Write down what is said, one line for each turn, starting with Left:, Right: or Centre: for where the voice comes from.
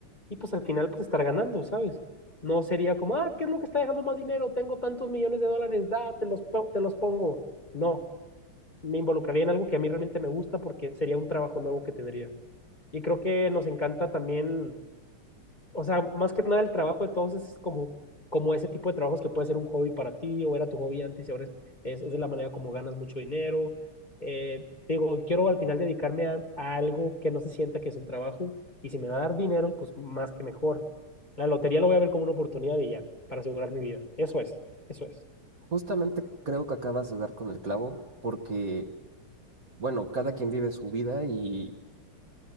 Left: y pues al final pues estar ganando, ¿sabes? No sería como, ah, ¿qué es lo que está dejando más dinero? Tengo tantos millones de dólares, da, te los, po- te los pongo. No, me involucraría en algo que a mí realmente me gusta porque sería un trabajo nuevo que tendría. Y creo que nos encanta también o sea, más que nada el trabajo de todos es como, como ese tipo de trabajos que puede ser un hobby para ti o era tu hobby antes y ahora es, es, es de la manera como ganas mucho dinero. Eh, digo, quiero al final dedicarme a, a algo que no se sienta que es un trabajo y si me va a dar dinero, pues más que mejor. La lotería lo voy a ver como una oportunidad y ya, para asegurar mi vida. Eso es, eso es.
Right: Justamente creo que acabas de dar con el clavo porque, bueno, cada quien vive su vida y,